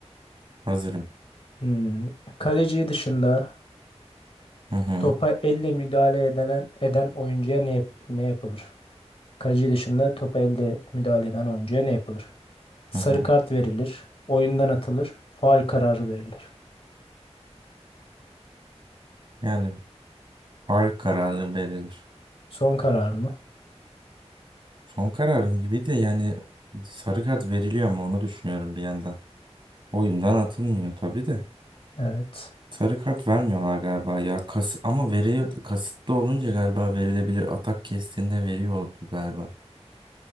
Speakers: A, on the right (about 45°); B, on the left (about 55°).
A: Hazırım.
B: Hmm, Kaleci dışında
A: Hı hı.
B: topa elle müdahale edilen eden oyuncuya ne, yap- ne yapılır? Kaleci dışında topa elde müdahale eden oyuncuya ne yapılır? Sarı
A: Hı hı.
B: kart verilir. Oyundan atılır. Faul kararı verilir.
A: Yani faul kararı verilir.
B: Son karar mı?
A: Son kararım gibi de yani sarı kart veriliyor mu onu düşünüyorum bir yandan. Oyundan atılmıyor tabii de.
B: Evet.
A: Sarı kart vermiyorlar galiba ya. Kas ama veriyor kasıtlı olunca galiba verilebilir. Atak kestiğinde veriyordu galiba.